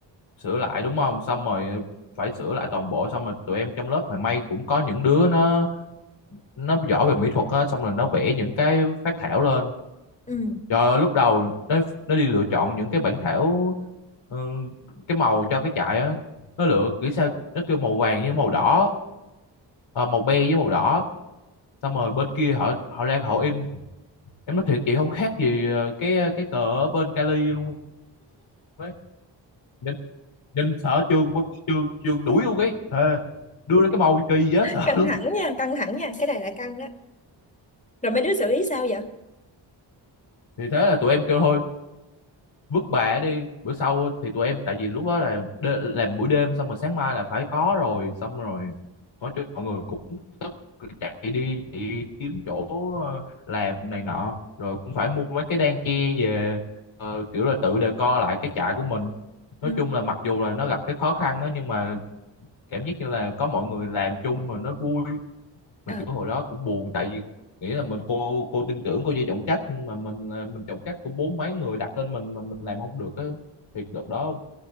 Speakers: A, on the left; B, on the left.
A: sửa lại đúng không xong rồi phải sửa lại toàn bộ xong rồi tụi em trong lớp mà may cũng có những đứa nó nó giỏi về mỹ thuật á xong rồi nó vẽ những cái phác thảo lên
B: ừ
A: trời ơi lúc đầu nó nó đi lựa chọn những cái bản thảo ừ, cái màu cho cái trại á nó lựa kiểu sao nó kêu màu vàng với màu đỏ à, màu be với màu đỏ xong rồi bên kia họ họ ra họ in em nói thiệt chị không khác gì ờ, cái cái cờ ở bên Cali luôn ấy nhìn nhìn sợ chưa chưa chưa đuổi luôn ấy thề đưa ra cái màu kỳ dễ <laughs> sợ
B: căng
A: luôn
B: thẳng nha căng thẳng nha cái này là căng đó rồi mấy đứa xử lý sao vậy
A: thì thế là tụi em kêu thôi vứt bà đi bữa sau thì tụi em tại vì lúc đó là đê, làm buổi đêm xong rồi sáng mai là phải có rồi xong rồi có chỗ mọi người cũng tất chạy đi chạy đi kiếm chỗ ờ, làm này nọ rồi cũng phải mua mấy cái đan che về ờ, kiểu là tự decor lại cái trại của mình nói
B: ừ
A: chung là mặc dù là nó gặp cái khó khăn đó nhưng mà cảm giác như là có mọi người làm chung mà nó vui
B: ờ
A: mà kiểu hồi đó cũng buồn tại vì nghĩ là mình cô cô tin tưởng cô vô trọng trách nhưng mà mình là- mình trọng trách của bốn mấy người đặt lên mình mà mình làm không được á thiệt đợt đó